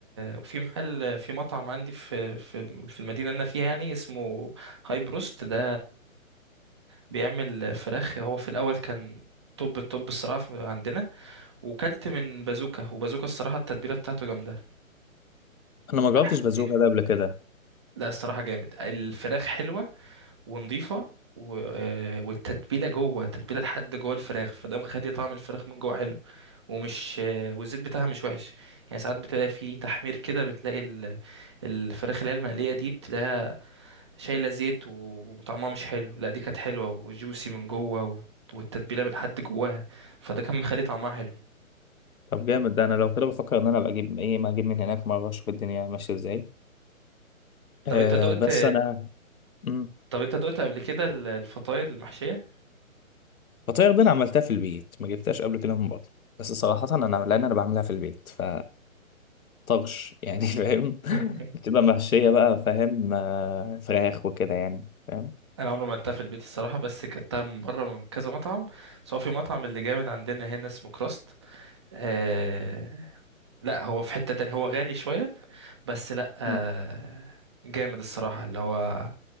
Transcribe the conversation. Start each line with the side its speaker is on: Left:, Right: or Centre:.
Right: وفي محل في مطعم عندي في في في المدينة اللي انا فيها يعني اسمه هاي بروست ده بيعمل فراخ هو في الاول كان توب التوب الصراحة في- عندنا وكلت من بازوكا وبازوكا الصراحة التتبيلة بتاعته جامدة
Left: انا ما جربتش
Right: احلى
Left: بازوكا
Right: كتير
Left: ده قبل كده
Right: لا الصراحة جامد الفراخ حلوة ونضيفة و... آه، والتتبيلة جوه التتبيلة لحد جوه الفراخ فده مخلي طعم الفراخ من جوه حلو ومش آه، والزيت بتاعها مش وحش يعني ساعات بتلاقي في تحمير كده بتلاقي ال... الفراخ اللي هي المقلية دي بتلاقيها شايلة زيت وطعمها مش حلو لا دي كانت حلوة وجوسي من جوه و... والتتبيلة بالحد جواها فده كان مخلي طعمها حلو
Left: طب جامد ده انا لو كده بفكر ان انا ابقى اجيب ايه ما اجيب من هناك مرة اشوف الدنيا ماشية ازاي
Right: طب
Left: آه
Right: انت آه، دقت
Left: بس انا مم.
Right: طب انت دقت قبل كده ال- الفطاير المحشية
Left: فطاير دي انا عملتها في البيت ما جبتهاش قبل كده من بره بس صراحة انا لان انا بعملها في البيت ف طرش يعني <laughs> فاهم
Right: <laughs>
Left: بتبقى محشية بقى فاهم آه، فراخ وكده يعني فاهم
Right: انا عمري ما اكلتها في البيت الصراحه بس اكلتها من بره من كذا مطعم سواء في مطعم اللي جامد عندنا هنا اسمه كراست آه... لا هو في حته تانية هو غالي شويه بس لا آه...
Left: مم.
Right: جامد الصراحه اللي هو